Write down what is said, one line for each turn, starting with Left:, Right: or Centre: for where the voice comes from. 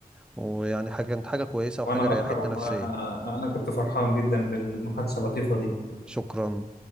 Centre: ويعني حاجه كانت حاجه كويسه وحاجه
Left: وانا
Centre: ريحتني
Left: اكتر والله
Centre: نفسيا
Left: انا انا كنت فرحان جدا بالمحادثه اللطيفه دي
Centre: شكرا